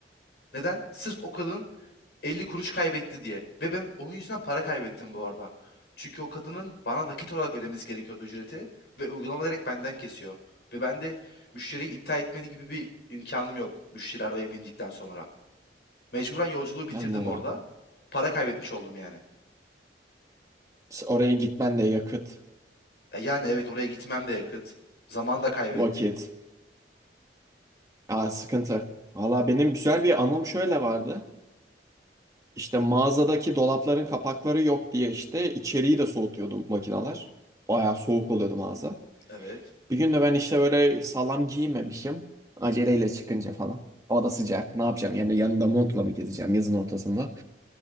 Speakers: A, on the left; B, on the right.
A: Neden? Sırf o kadın 50 kuruş kaybetti diye. Ve ben onun yüzünden para kaybettim bu arada. Çünkü o kadının bana nakit olarak ödemesi gerekiyordu ücreti ve uygulama direkt benden kesiyor. Ve ben de müşteriyi iptal etmedi gibi bir imkanım yok müşteri arabaya bindikten sonra. Mecburen yolculuğu bitirdim
B: Anladım.
A: orada. Para kaybetmiş oldum yani.
B: da. Oraya gitmen de yakıt,
A: E yani evet oraya gitmem de yakıt. Zaman da kaybettim.
B: vakit. Aa, sıkıntı. Valla benim güzel bir anım şöyle vardı. İşte mağazadaki dolapların kapakları yok diye işte içeriği de soğutuyordu makineler. Bayağı soğuk oluyordu mağaza.
A: Evet.
B: Bir gün de ben işte böyle sağlam giyinmemişim. Aceleyle çıkınca falan. Hava da sıcak. Ne yapacağım? Yani yanında montla mı gezeceğim yazın ortasında?